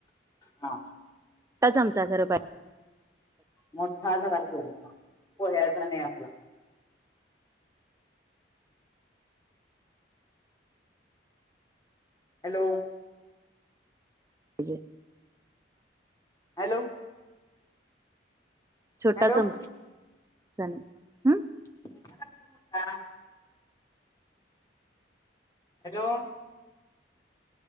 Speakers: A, on the left; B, on the right.
A: हा
B: त्याच आमचा घर पाहिजे
A: मोठा घरा घोलायचा पोयाचा नाही आपला <unintelligible> हॅलो
B: जे <unintelligible>
A: हॅलो
B: छोटा
A: हॅलो
B: चमचा हम्
A: <inaudible> <unintelligible> हॅलो